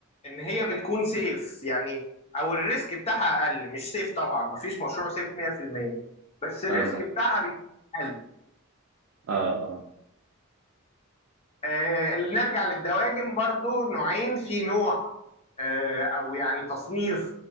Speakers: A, on the left (about 30°); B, on the right (about 70°).
A: ان هي بتكون سيف يعني او الريسك بتاعها اقل مش سيف طبعا مفيش مشروع سيف 100% بس الريسك
B: فاهمك
A: بتاعها بيكون اقل
B: اه اه
A: آه نرجع للدواجن برضو نوعين في نوع آه او يعني تصنيف